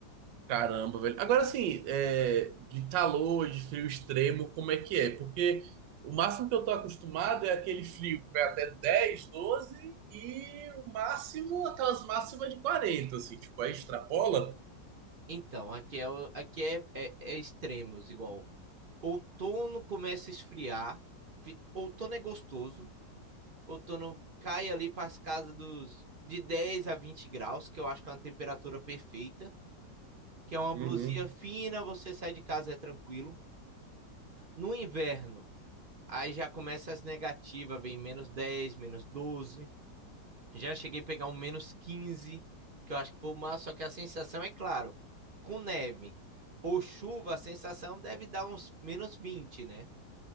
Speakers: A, on the right (about 80°); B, on the right (about 45°).
A: Caramba, velho. Agora, assim, é, de calor, de frio extremo, como é que é? Porque o máximo que eu tô acostumado é aquele frio que vai até 10, doze e o máximo, aquelas máximas de 40, assim, tipo, aí extrapola.
B: Então, aqui é, o- aqui é, é, é extremos, igual. Outono começa a esfriar, fi- outono é gostoso, outono cai ali para as casas dos de 10 a 20 graus, que eu acho que é uma temperatura perfeita, que é uma blusinha
A: Uhum,
B: fina, você sai de casa é tranquilo. No inverno, Aí já começa as negativas, vem menos 10, menos 12. Já cheguei a pegar um menos 15, que eu acho que foi o máximo, só que a sensação é claro, com neve ou chuva, a sensação deve dar uns menos 20, né?